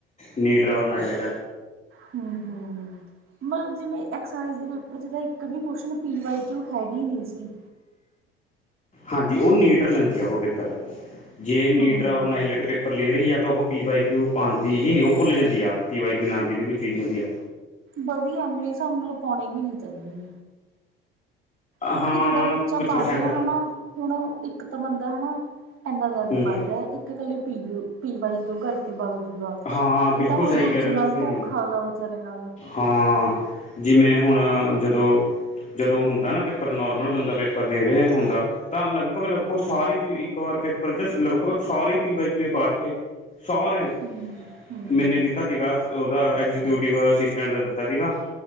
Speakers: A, on the left; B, on the right.
A: ਨੀਟਰ ਔਰ ਨਾਈ ਲਿਟਰ
B: ਹਮ ਹਮ। ਮਤਲਬ ਜਿਵੇਂ ਐਕਸਾਈਜ ਦੇ ਪੇਪਰ ਚ ਤਾ ਇੱਕ ਵੀ ਕੋਸਚਿਨ ਪੀ ਵਾਈ ਕੀਓ ਹੈਗੀ ਨਹੀਂ ਸੀ।
A: ਹਾਂਜੀ ਉਹ ਨੀਟਰ ਲੈਂਦੀ ਆ ਉਹ ਪੇਪਰ ਜੇ ਨੀਟਰ
B: ਹੂੰ।
A: ਔਰ ਨਾਈਲਟ ਪੇਪਰ ਲੈ ਰਹੀ ਆ ਤਾਂ ਉਹ। ਪੀ ਵਾਈ ਕਿਊ ਪਾਉਦੀ ਹੀ ਨਹੀਂ ਉਹ ਭੁੱਲ ਜਾਂਦੀ ਆ ਪੀ ਵਾਈਕੂ ਨਾਂ ਦੀ ਵੀ ਕੋ ਚੀਜ਼ ਹੁੰਦੀ ਆ।
B: ਵਧੀਆ ਮੇਰੇ ਹਿਸਾਬ ਨਾਲ ਪਾਉਣੇ ਵੀ ਨੀ ਚਾਹੀਦੇ। ਕਿਉਂਕਿ
A: ਹਾਂ
B: ਜਿਹੜਾ ਬੱਚਾ
A: ਕੁਛ
B: ਪੜ੍ਹ
A: ਪਰਸੈਂਟ
B: ਰਿਹਾ ਹਨਾ। ਹੁਣ ਇੱਕ ਤਾਂ ਬੰਦਾ ਹਨਾ ਇੰਨਾ ਜ਼ਿਆਦਾ
A: ਹੂੰ
B: ਪੜ੍ਹ ਰਿਹਾ ਇੱਕ ਇਕੱਲੇ ਪੀ ਓ ਪੀ ਵਾਈ ਕਿਉਂ ਤੋਂ ਕਰਕੇ ਬਗ ਜੂਗਾ
A: ਹਾਂ
B: ਇਹ
A: ਬਿਲਕੁਲ
B: ਤਾਂ ਹੁਣ
A: ਸਹੀ
B: ਦੂਜੇ
A: ਕਹਿ ਰਹੇ ਹੋ
B: ਨਾਲ
A: ਤੁਸੀਂ
B: ਧੋਖਾ ਗਾ ਵਿਚਾਰੇ ਨਾਲ।
A: ਹਾਂ ਜਿਵੇਂ ਹੁਣ
B: ਐਵੇਂ
A: ਜਦੋਂ ਜਦੋਂ ਹੁੰਦਾ ਨਾ ਪੇਪਰ ਨੋਰਮਲ ਬੰਦਾ ਪੇਪਰ ਦੇ ਰਿਹਾ ਹੁੰਦਾ। ਤਾਂ ਲਗਭਗ ਲਗਭਗ ਸਾਰੇ ਪੀ ਇੱਕ ਵਾਰ ਪੇਪਰ ਚ ਲਗਭਗ ਸਾਰੇ ਪੀ ਵਾਈ ਕਿਉਂ ਪਾਰ ਕੇ ਸਾਰੇ
B: ਹੂੰ। ਹੂੰ
A: ਮੈਨੇ ਦਿੱਤਾ ਸੀਗਾ ਉਹਦਾ ਐਗਜੀਕਿਊ ਪੀ ਵਾਈ ਅਸਿਸਟੈਂਟ ਦਾ ਦਿੱਤਾ ਸੀਗਾ